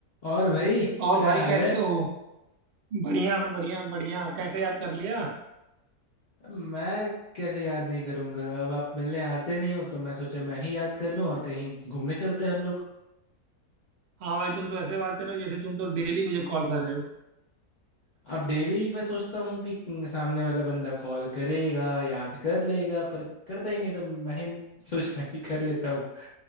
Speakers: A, on the left; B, on the right.
A: और भाई
B: और
A: क्या
B: भाई
A: हाल
B: कैसे
A: है
B: हो बढ़िया बढ़िया बढ़िया कैसे याद कर लिया
A: मैं कैसे याद नहीं करूंगा अब आप मिलने आते नहीं हो तो मैं सोचा मैं ही याद कर लूं और कहीं घूमने चलते हैं हम लोग
B: हाँ भाई तुम तो ऐसे बात कर रहे हो जैसे तुम तो डेली मुझे कॉल कर रहे हो
A: अब डेली मैं सोचता हूँ कि सामने वाला बंदा कॉल करेगा याद कर लेगा पर करता ही नहीं तो मैं ही <laughs> सोचता कि कर लेता हूँ